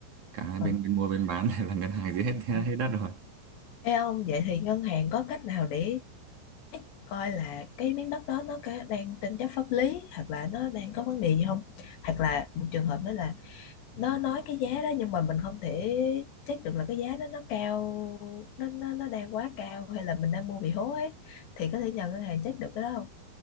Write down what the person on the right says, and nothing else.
Cả hai bên
bên mua bên bán <laughs> đều là ngân hàng giữ hết hết
đất rồi.